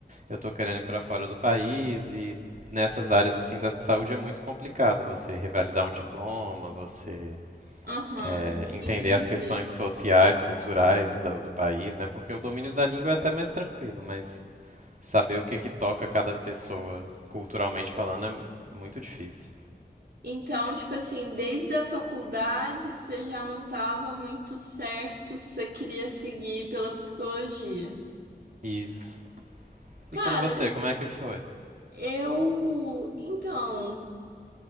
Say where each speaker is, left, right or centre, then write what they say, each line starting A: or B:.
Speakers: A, on the right (about 50°); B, on the right (about 65°).
A: eu tô querendo ir para fora do país e nessas áreas assim da saúde é muito complicado você revalidar um diploma, você
B: Aham,
A: é, entender
B: entendi.
A: as questões sociais, culturais do, do país, né? Porque o domínio da língua é até mais tranquilo, mas Saber o que que toca cada pessoa, culturalmente falando, é muito difícil.
B: Então, tipo assim, desde a faculdade você já não tava muito certo se você queria seguir pela psicologia.
A: Isso.
B: Cara,
A: E com você, como é que foi?
B: eu. Então.